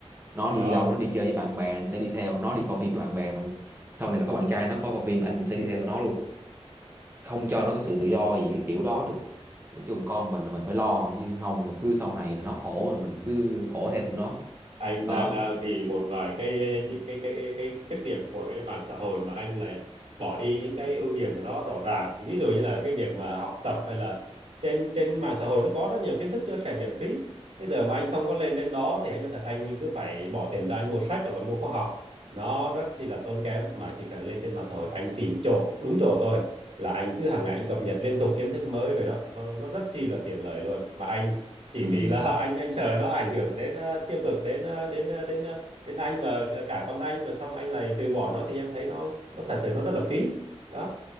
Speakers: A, on the right; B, on the right.
A: nó
B: cái
A: đi
B: đó
A: đâu nó đi chơi với bạn bè anh sẽ đi theo nó đi coi phim với bạn bè bạn sau này nó có bạn trai nó có coi phim anh cũng sẽ đi theo tụi nó luôn không cho nó có sự tự do gì cái kiểu đó được nói chung con mình là mình phải lo chứ không là cứ sau này là nó khổ là mình cứ khổ theo tụi nó
B: anh
A: đó
B: đang à, vì một vài cái những cái cái cái khuyết điểm của cái mạng xã hội mà anh lại bỏ đi những cái ưu điểm của nó rõ ràng ví dụ như là cái việc mà học tập hay là trên trên mạng xã hội nó có rất nhiều kiến thức chia sẻ miễn phí bây giờ mà anh không có lên trên đó thì anh nói thật anh cứ phải bỏ tiền ra anh mua sách hoặc là mua khóa học nó rất chỉ là tốn kém mà chỉ cần lên trên mạng xã hội anh tìm chỗ đúng chỗ thôi là anh cứ hàng ngày anh cập nhật liên tục kiến thức mới về đó nó nó rất chi là tiện lợi luôn mà anh chỉ
A: ừ.
B: vì là <laughs> anh anh sợ nó ảnh hưởng đến ờ, tiêu cực đến ờ, đến ờ, đến ờ, đến anh và cả con anh và xong anh lại từ bỏ nó thì em thấy nó nó thật sự nó rất là phí đó